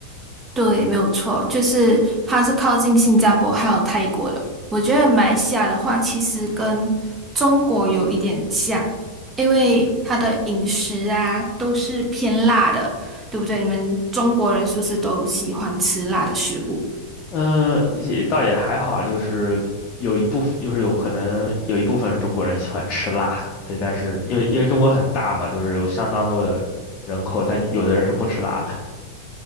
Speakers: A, on the right (about 20°); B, on the left (about 30°).
A: 对，没有错，就是它是靠近新加坡还有泰国的。我觉得马来西亚的话，其实跟中国有一点像，因为它的饮食啊都是偏辣的，对不对？你们中国人是不是都喜欢吃辣的食物？
B: 嗯、也倒也还好啊，就是有一部分，就是有可能有一部分中国人喜欢吃辣，对，但是因为因为中国很大嘛，就是有相当多的人口，他有的人是不吃辣的，